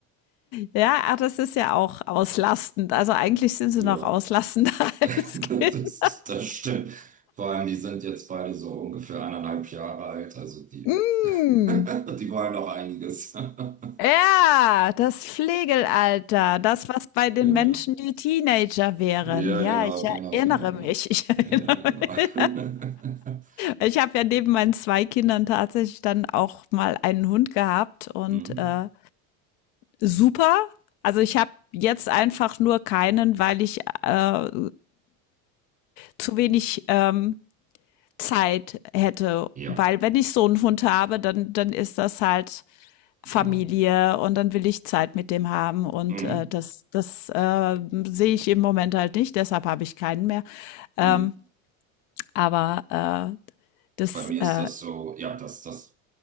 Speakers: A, on the left; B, on the right.
A: Ja, ach, das ist ja auch auslastend. Also eigentlich sind sie
B: Ja.
A: noch auslastender <laughs>
B: <laughs>
A: als Kinder.
B: Das, das stimmt. Vor allem, die sind jetzt beide so ungefähr eineinhalb Jahre alt, also die,
A: Mm.
B: <laughs> die wollen noch einiges. <laughs>
A: Ja, das Flegelalter, das, was bei den
B: Genau.
A: Menschen die Teenager wären.
B: Ja,
A: Ja,
B: genau,
A: ich
B: genau,
A: erinnere
B: genau, genau.
A: mich, ich <laughs> erinnere
B: Ja, genau. <laughs>
A: mich. Ich habe ja neben meinen 2 Kindern tatsächlich dann auch mal einen Hund gehabt und,
B: Mhm.
A: äh, super. Also, ich habe jetzt einfach nur keinen, weil ich, äh, zu wenig, ähm, Zeit hätte,
B: Ja,
A: weil wenn ich so einen Hund habe, dann dann ist das halt Familie
B: genau.
A: und dann will ich Zeit mit dem haben und,
B: Mhm.
A: äh, das das, äh, sehe ich im Moment halt nicht, deshalb habe ich keinen mehr. Ähm,
B: Mhm.
A: aber, äh, das,
B: Bei mir
A: äh
B: ist das so, ja, das, das.